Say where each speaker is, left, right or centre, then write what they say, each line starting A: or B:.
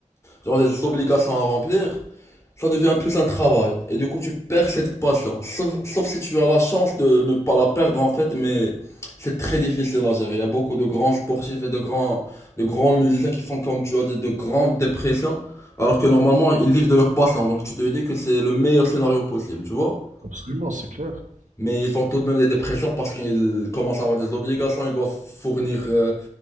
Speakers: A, on the left; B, on the right.
A: genre des obligations à remplir, ça devient plus un travail. Et du coup, tu perds cette passion. Sauf, sauf si tu as la chance de ne pas la perdre, en fait, mais c'est très difficile à gérer. Il y a beaucoup de grands sportifs et de grands, de grands musiciens qui font, comme tu as dit, de grandes dépressions, alors que normalement, ils vivent de leur passion. Donc, tu te dis que c'est le meilleur scénario possible, tu vois?
B: Absolument, c'est clair.
A: Mais ils font tout de même des dépressions parce qu'ils commencent à avoir des obligations. Ils doivent fournir euh,